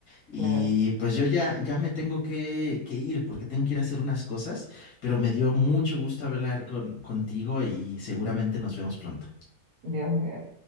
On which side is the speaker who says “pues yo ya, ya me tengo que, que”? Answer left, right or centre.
Left